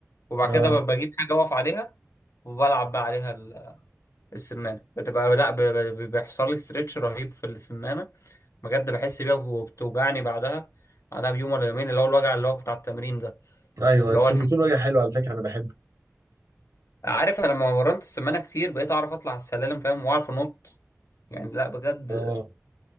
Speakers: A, on the left (about 65°); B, on the right (about 80°).
A: وبعد
B: اه
A: كده ب- بجيب حاجه اقف عليها وبلعب بقى عليها ال- السمانه بتبقى لا ب- ب- بيحصل لي استرتش رهيب في السمانه بجد بحس بيها وبتوجعني بعدها بعدها بيوم ولا يومين اللي هو الوجع اللي هو بتاع التمرين ده
B: ايوه
A: اللي
B: بت-
A: هو الح...
B: بيكون وجه حلو على فكرة أنا بحبه
A: عارف انا لما مرنت السمانه كتير بقيت اعرف اطلع على السلالم فاهم واعرف انط يعني لا بجد
B: اه